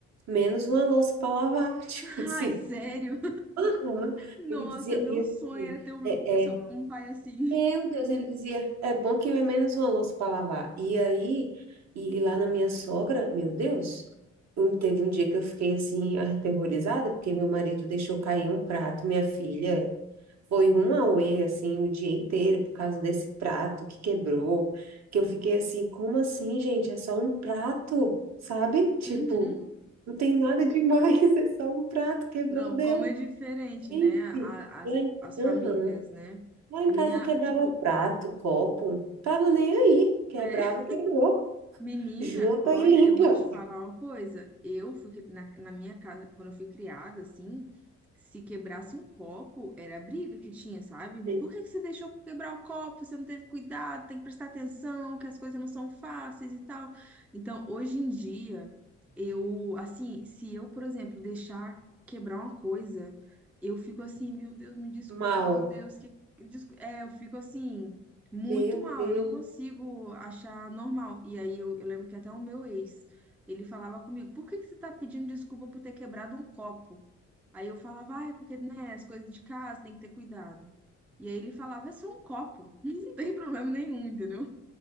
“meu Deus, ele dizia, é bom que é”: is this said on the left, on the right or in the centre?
Right